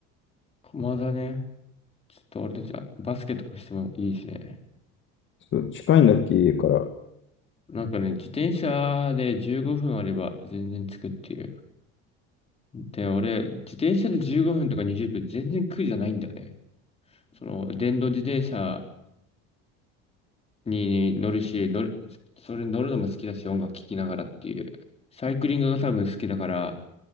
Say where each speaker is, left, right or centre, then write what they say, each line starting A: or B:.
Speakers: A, on the left; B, on the left.
A: 駒だね。ちょっと俺たちはバスケとかしてもいいしね。
B: そう、近いんだっけ、家から。
A: なんかね、自転車で15分あれば全然着くっていう。で、俺、自転車で15分とか20分、全然苦じゃないんだよね。その、電動自転車にね乗るし、乗る、それ乗るのも好きだし、音楽聴きながらっていう。サイクリングが多分好きだから、